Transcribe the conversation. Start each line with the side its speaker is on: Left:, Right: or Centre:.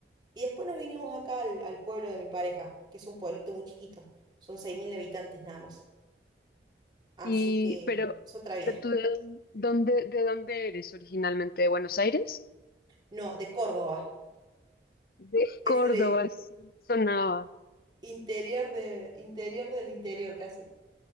Right: Y después nos vinimos acá al, al pueblo de mi pareja, que es un pueblito muy chiquito. Son 6.000 habitantes nada más. Así
Left: Y,
Right: que
Left: pero,
Right: es otra vida.
Left: pero tú de dónde, de dónde eres originalmente, ¿de Buenos Aires?
Right: No, de Córdoba.
Left: De
Right: Es
Left: Córdoba,
Right: el in-
Left: sí, sonaba.
Right: interior, de, interior del interior casi.